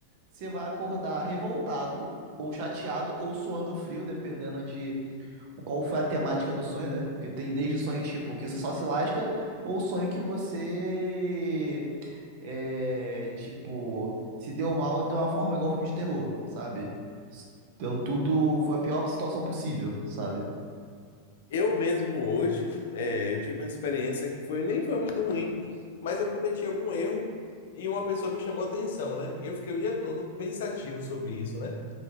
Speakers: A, on the right (about 45°); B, on the left (about 55°).
A: Você vai acordar revoltado, ou chateado, ou suando frio, dependendo de qual foi a temática do sonho, né? Porque tem desde sonhos tipo que você só se lasca ou sonho que você é, tipo se deu mal de uma forma igual filme de terror, sabe? Deu tudo, foi a pior situação possível, sabe?
B: Eu mesmo hoje, é, eu tive uma experiência que foi nem foi muito ruim, mas eu cometi algum erro e uma pessoa me chamou a atenção, né? E eu fiquei o dia todo pensativo sobre isso, né?